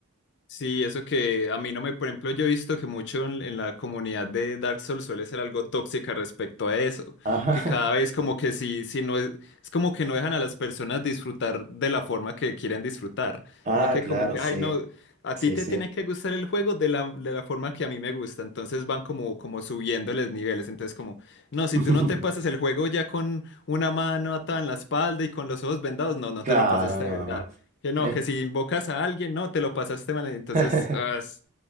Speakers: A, on the left (about 55°); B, on the right (about 35°).
A: Sí, eso que a mí no me, por ejemplo, yo he visto que mucho en, en la comunidad de Dark Souls suele ser algo tóxica respecto a eso,
B: Ajá.
A: que cada
B: <laughs>
A: vez como que si, si no es, es como que no dejan a las personas disfrutar de la forma que quieren disfrutar,
B: Ah,
A: no que
B: claro,
A: como que,
B: sí,
A: ay, no, a
B: sí,
A: ti te
B: sí.
A: tiene que gustar el juego de la, de la forma que a mí me gusta, entonces van como, como subiéndoles niveles, entonces como, no, si
B: <laughs>
A: tú no te pasas el juego ya con una mano atada en la espalda y con los ojos vendados, no, no
B: Claro,
A: te lo pasaste
B: no,
A: de verdad.
B: no.
A: Que no,
B: Es-
A: que si invocas a alguien, no, te lo pasaste mal. Entonces,
B: <laughs>
A: ah, es